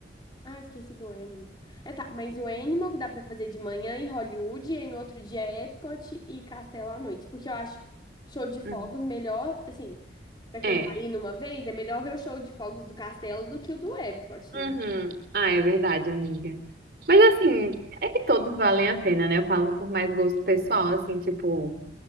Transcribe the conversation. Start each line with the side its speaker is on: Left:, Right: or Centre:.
Left: Ah, esqueci do Animal. É tá, mas o Animal que dá pra fazer de manhã e Hollywood, e aí no outro dia Epcot e Castelo à noite. Porque eu acho show de fogos
Right: Uhum.
Left: melhor, assim, pra quem
Right: É.
Left: tá indo uma vez, é melhor ver o show de fogos do Castelo do que o do Epcot,
Right: Uhum.
Left: né?
Right: Ah, é verdade, amiga. Mas assim, é que todos valem a pena, né? Eu falo por mais gosto pessoal, assim, tipo.